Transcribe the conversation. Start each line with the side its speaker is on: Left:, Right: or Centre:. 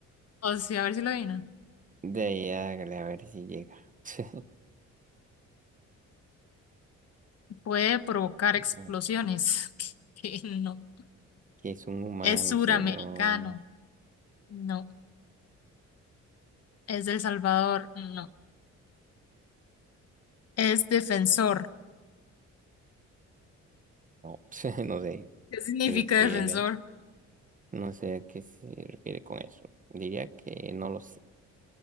Left: o sea, a ver si lo adivina.
Right: De ahí hágale a ver si llega. <laughs>
Left: Puede provocar explosiones.
Right: No,
Left: <laughs> Que No.
Right: Que es un humano,
Left: Es suramericano.
Right: señor.
Left: No. Es del Salvador. No. Es defensor.
Right: No, <laughs> no sé.
Left: ¿Qué significa
Right: Se refiere.
Left: defensor?
Right: No sé a qué se refiere con eso. Diría que no lo sé.